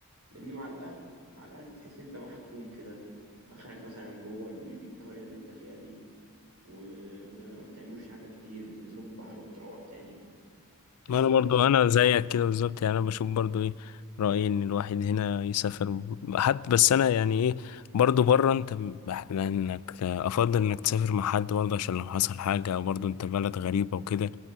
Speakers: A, on the right (about 70°); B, on the left (about 80°).
A: لان مع الاهل مع الاهل بتحس ان انت محكوم كده اخرك مثلا جوه القريه اللي انت فيها دي ومثلا ما بتعملوش حاجه كتير بتنزلوا البحر وبتروح تاني بحس
B: ما انا
A: ان
B: برضو
A: مع الصحاب
B: انا زيك كده بالظبط يعني انا بشوف برضو ايه رأيي ان الواحد هنا يسافر حتى بس انا يعني ايه برضو بره انت بح- لانك افضل انك تسافر مع حد برضو عشان لو حصل حاجة او برضو انت بلد غريبة وكده